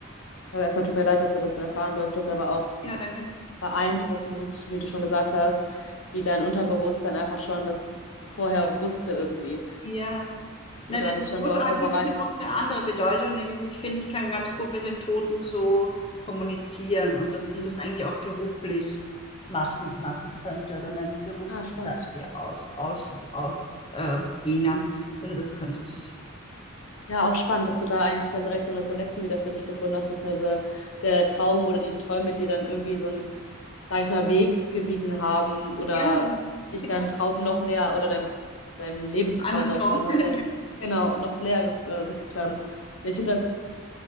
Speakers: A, on the left; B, on the left.
A: Aber erstmal tut mir leid, dass du das so erfahren durftest, aber auch
B: Ja, danke.
A: beeindruckend, wie du schon gesagt hast, wie dein Unterbewusstsein einfach schon das vorher wusste irgendwie
B: Ja.
A: oder
B: Na, der
A: dich
B: Tod
A: schon darauf
B: hat
A: vorbereitet.
B: für mich noch eine andere Bedeutung, nämlich ich finde, ich kann ganz gut mit den Toten so kommunizieren und dass
A: Mhm.
B: ich das eigentlich auch beruflich machen, machen könnte oder meinen Berufsbild
A: Ah, spannend.
B: da irgendwie aus, aus, aus, äh, dehnen. Also das könnte ich.
A: Ja, auch spannend, dass du da eigentlich dann direkt so eine Connection wieder für dich gefunden hast, beziehungsweise der Traum oder die Träume dir dann irgendwie so einen, sag ich mal, Weg gewiesen haben oder
B: Ja,
A: dich
B: genau.
A: deinem Traum noch näher oder deinem, deinem Lebenstraum,
B: einen Anderen
A: sag
B: Traum.
A: ich mal, noch,
B: <laughs>
A: näher,
B: Ja.
A: genau, noch näher gef äh, gefügt haben. Ich finde das.